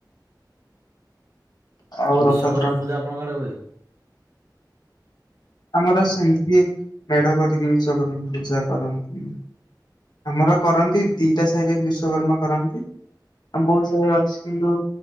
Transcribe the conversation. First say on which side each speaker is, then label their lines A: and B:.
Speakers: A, on the left; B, on the right.
A: ଆଉ
B: ବିଶ୍ଵକର୍ମା
A: ରଥଯାତ୍ରା
B: ପୂଜା ଆପଣଙ୍କଆଡେ ହୁଏ?
A: ଆମର ସେମିତି ମେଢ କରିକି ବିଶ୍ୱକର୍ମା ପୂଜା କରନ୍ତି। ଆମର କରନ୍ତି ଦିଟା ସାହିରେ ବିଶ୍ଵକର୍ମା କରନ୍ତି। ଆମ ବହୁତ ସାହି ରେ ଅଛି ଗୋ